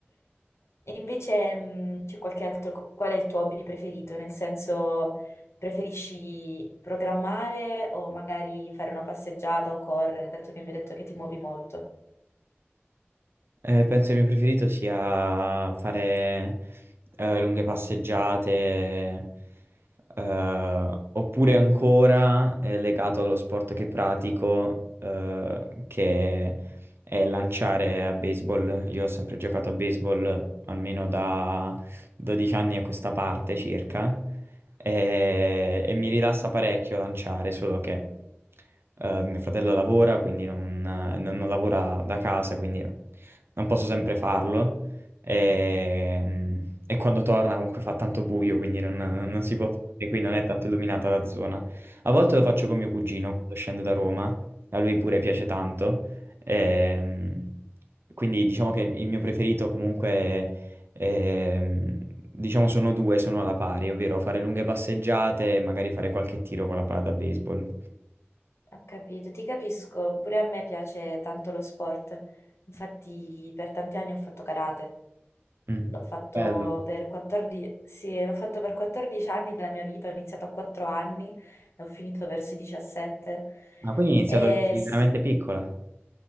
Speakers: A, on the left (about 85°); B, on the right (about 60°).
A: E invece mh, c'è qualche altro, qual è il tuo hobby preferito? Nel senso, preferisci programmare o magari fare una passeggiata o correre, dato che mi hai detto che ti muovi molto?
B: Eh, penso il mio preferito sia fare eh, lunghe passeggiate, eh, oppure ancora eh, legato allo sport che pratico, eh, che è lanciare a baseball. Io ho sempre giocato a baseball almeno da 12 anni a questa parte circa, e, e mi rilassa parecchio lanciare, solo che eh, mio fratello lavora, quindi non, non- non lavora da casa, quindi non posso sempre farlo. E, e quando torna comunque fa tanto buio, quindi non, non si può fare, qui non è tanto illuminata la zona. A volte lo faccio con mio cugino quando scende da Roma, a lui pure piace tanto. Ehm, quindi diciamo che il mio preferito comunque, ehm, diciamo sono due, sono alla pari, ovvero fare lunghe passeggiate e magari fare qualche tiro con la palla da baseball.
A: Ho capito, ti capisco, pure a me piace tanto lo sport, infatti per tanti anni ho fatto karate,
B: Mm,
A: l'ho fatto
B: Bello.
A: per 14, sì, l'ho fatto per 14 anni della mia vita, ho iniziato a 4 anni e ho finito verso i 17.
B: Ma quindi hai iniziato
A: E
B: di- di
A: s-
B: veramente piccola?